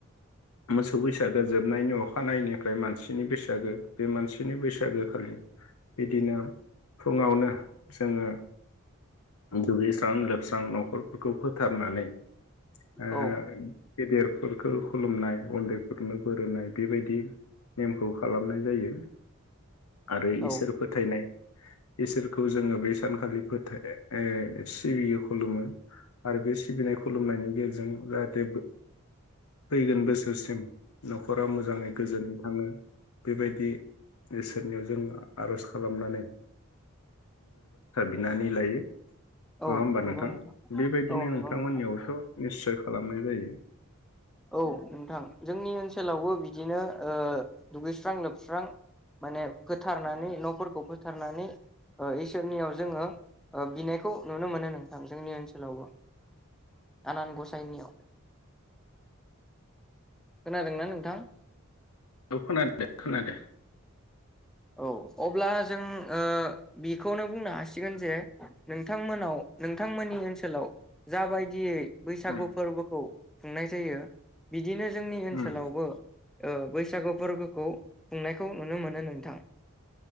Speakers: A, on the left; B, in the centre.
A: मोसौ बैसागो जोबनायनि अखानायैनिफ्राय मानसिनि बैसागो बे मानसिनि बैसागो खालि बिदिनो फुङावनो जोङो दुगैस्रां लोबस्रां न'खरफोरखौ फोथारनानै ओ
B: औ
A: गेदेरफोरखौ खुलुमनाय उन्दैफोरनो बोरहोनाय बे बायदि नेमखौ खालामनाय जायो। आरो
B: औ
A: इसोर फोथायनाय इसोरखौ जोङो बे सानखालि फोथाय सिबियो खुलुमो आरो बे सिबिनाय खुलुमनायनि गेजेरजों जाहाथे बो फैगोन बोस न'खरा मोजाङै गोजोनै थाङो बेबायदि इसोरनियाव जों आरज खालामनानै <unintelligible> हा बिनानै लायो। नङा
B: औ
A: होमबा
B: नंगौ
A: नोंथां बेबायदिनो
B: औ नंगौ
A: नोंथांमोननियावथ'
B: नोंथां
A: निस्सय खालामनाय जायो।
B: औ नोंथां जोंनि ओनसोलावबो बिदिनो ओ दुगैस्रां लोबस्रां माने फोथारनानै न'फोरखौ फोथारनानै इसोरनियाव जोङो बिनायखौ नुनो मोनो नोंथां जोंनि ओनसोलावबो आनान गसाइनियाव। खोनादोंना नोंथा?
A: औ खोनादो दे खोनादो।
B: औ अब्ला जों ओ बेखौनो बुंनो हासिगोन जे नोंथांमोनाव नोंथांमोननि ओनसोलाव जाबायदियै बैसागु
A: उम
B: फोरबोखौ खुंनाय जायो बि दिनो जोंनि ओनसोलावबो
A: उम
B: ओ बैसागु फोरबोखौ खुंनायखौ नुनो मोनो नोंथां।